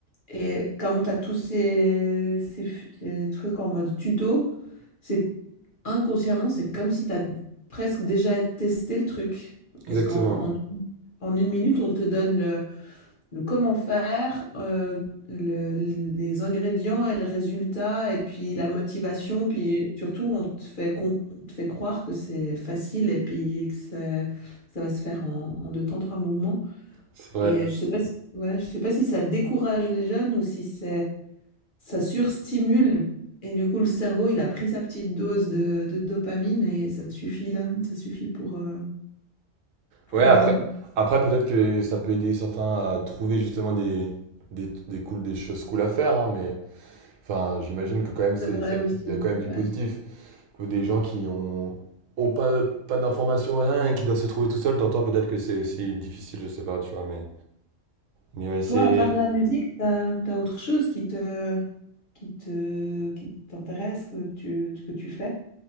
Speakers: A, on the left; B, on the right.
A: Et comme tu as tous ces, ces f- ces trucs en mode tuto, c'est inconsciemment, c'est comme si tu as presque déjà testé le truc. Parce
B: exactement,
A: qu'en en, en une minute, on te donne le comment faire, euh, le- les ingrédients et le résultat, et puis la motivation, puis surtout on te fait, com- on te fait croire que c'est facile et puis que c'est- ça va se faire en, en deux temps, trois mouvements.
B: c'est vrai.
A: Et je sais pas si, ouais, je sais pas si ça décourage les jeunes ou si c'est, ça surstimule. Et du coup, le cerveau, il a pris sa petite dose de, de dopamine et ça suffit là, ça suffit pour, euh, pour
B: Ouais,
A: la
B: après,
A: journée.
B: après peut-être que ça peut aider certains à trouver justement des, des, des, cool, des choses cool à faire, hein, mais enfin, j'imagine que quand même, c'est,
A: C'est vrai
B: ça-
A: aussi.
B: il y a quand même du
A: ouais.
B: positif. Que des gens qui ont, ont pas, pas d'informations, rien, et qui doivent se trouver tout seuls, t'entends peut-être que c'est aussi difficile, je sais pas, tu vois, mais, mais ouais, c'est.
A: Toi, à part la musique, t'as, t'as autre chose qui te, qui te, qui t'intéresse, que tu, que tu fais?